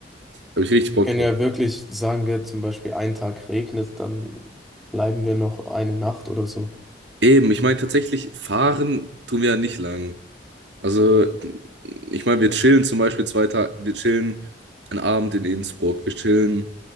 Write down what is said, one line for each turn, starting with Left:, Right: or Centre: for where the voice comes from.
Right: Da habe ich richtig
Centre: Wir
Right: Bock
Centre: können
Right: drauf.
Centre: ja wirklich, sagen wir zum Beispiel, ein Tag regnet, dann bleiben wir noch eine Nacht oder so.
Right: Eben, ich meine tatsächlich, fahren tun wir ja nicht lang. Also, ich meine, wir chillen zum Beispiel zwei Tage, wir chillen einen Abend in Innsbruck, wir chillen